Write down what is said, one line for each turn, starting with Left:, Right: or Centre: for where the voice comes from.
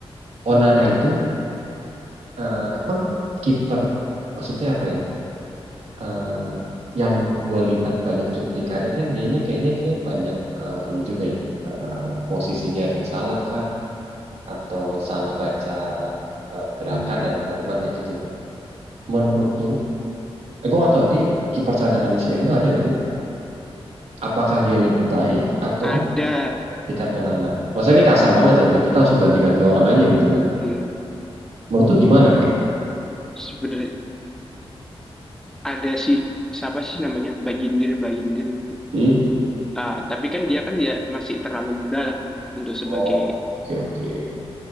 Right: Onana itu eh, emang kiper, maksudnya apa ya? Eh, yang gue lihat banyak cuplikannya kan dianya kayaknya kayak banyak eh, ini juga ya. Eh, posisinya ada yang salah kah? Atau salah baca eh, gerakan dan teman-teman kayak gitu kan? Menurut lu, eh, gue nggak tahu di kiper cadangan di si MU ada nggak sih? Apakah dia lebih baik atau
Centre: ada
Right: Tiket Onana. Masa ini kasar banget ya, kita langsung ganti-ganti orang aja gitu kan.
Centre: hmm,
Right: Menurut tuh gimana kan?
Centre: sebenarnya ada si siapa sih namanya Bajindir Bajindir itu.
Right: Hmm?
Centre: Ah, tapi kan dia kan ya masih terlalu muda lah untuk
Right: Oh,
Centre: sebagai
Right: oke oke.